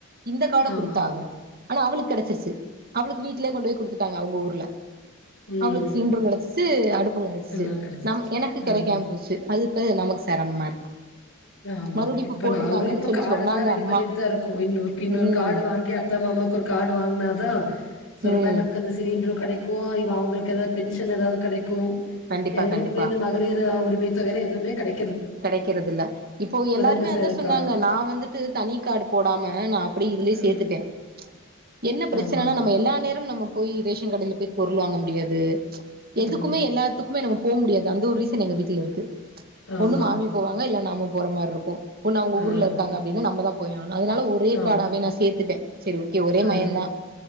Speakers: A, on the right; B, on the left.
A: இந்த கார்ட
B: ஆமா
A: கொடுத்தாங்க
B: ஆமா
A: ஆனா அவளுக்கு கிடைச்சிருச்சு அவளுக்கு வீட்லயே கொண்டுவோய் கொடுத்துட்டாங்க அவங்க ஊர்ல
B: ம்
A: அவளுக்கு சிலிண்ட்ர் கெடச் <unintelligible> <unintelligible> அடுப்பும் கிடைச்சச்சு
B: எல்லா கெடச்சிருச்சு
A: நம் எனக்கு கெடக்காம
B: ஆமா
A: போச்சு அதுப்ப நமக்கு சிரமமா இருக்கு
B: ஆமா
A: மறுபடி
B: இப்ப
A: போட்ருக்காங்கன்னு
B: நாங்களு இப்ப
A: சொல்லி
B: கார்ட
A: சொன்னாங்க
B: எல்லா ரெடி
A: அம்மா
B: பண்ணிட்டு தான் இருக்கோம் இன்னொரு இன்னொரு
A: ம்
B: கார்டு வாங்கி அத்த மாமாவுக்கு ஒரு கார்டு வாங்குனாதான் சொன்னமாரி
A: ம்
B: நமக்கு அந்த சிறிய என்று கிடைக்கு இவ அவங்களுக்கு ஏதாவது பென்ஷன் ஏதாவது கிடைக்கு க்கும்
A: கண்டிப்பா
B: எங்களுக்குமே
A: கண்டிப்பா
B: இந்த மகளர் உரிமைத் <unintelligible> எதுமே கடைக்
A: கிடைக்கறதில இப்போ எல்லாருமே
B: இந்த
A: அதான்
B: ச
A: சொன்னாங்க
B: கார்டுக்கு
A: நான் வந்துட்டு தனி கார்ட் போடாம நான் அப்படி இதுலயே
B: ஆ
A: சேர்த்துட்டேன் என்ன பிரச்சனைனா
B: ஆமா
A: நம்ம எல்லா நேரம் நம்ம போய் ரேஷன் கடையில போய் பொருள் வாங்க முடியாது
B: ம்
A: எதுக்குமே எல்லாத்துக்குமே நம போ முடியாது அந்த ஒரு ரீசன் எங்க வீட்ல இருக்கு
B: ஆமா
A: ஒண்ணு மாமி போவாங்க இல்ல நாம போற மாரிருக்கு ஒன்னு அவங்க
B: ஆ
A: ஊர்ல இருக்காங்க அப்டின்னா நம்ம தா போய் அதனால ஒரே
B: ஆமா
A: கார்டாவே நா சேத்துட்டே செரி ஓகே ஒரே
B: ஆ
A: மகெந்தா